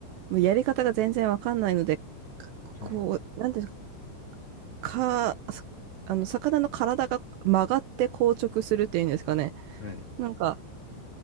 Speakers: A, on the right (about 80°); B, on the left (about 70°).
A: もうやり方が全然わかんないので、かこう、
B: はい、
A: なんていうんですか、か、そあの、魚の体が曲がって硬直するっていうんですかね。
B: はい、
A: なんか、